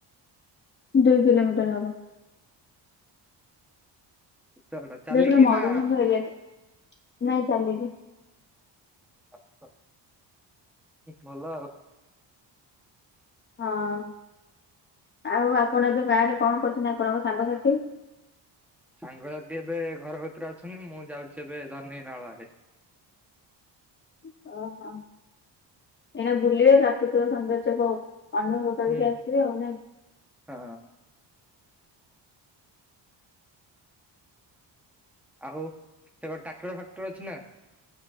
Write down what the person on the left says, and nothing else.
ଦୁଇ କିଲୋମିଟର ହବ।
ଏଟା ପୁରା ମରୁଭୂମି
ଏରିଆ ଟେ- ନାଇଁ ଚାଲିକି।
ହଁ ଆଉ ଆପଣ ଏବେ ଗାଁରେ କଣ କରଚ୍ ଆପଣଙ୍କ ସାଙ୍ଗସାଥି?
<inaudible> ଓହୋ। ଏଇନା ଭୁଲିବେ ପ୍ରାକୃତିକ ସୌନ୍ଦର୍ଯ୍ୟ କ କାହ୍ନୁ କତିକି
ଆସିବେ ଆଉ, ନାଇଁ।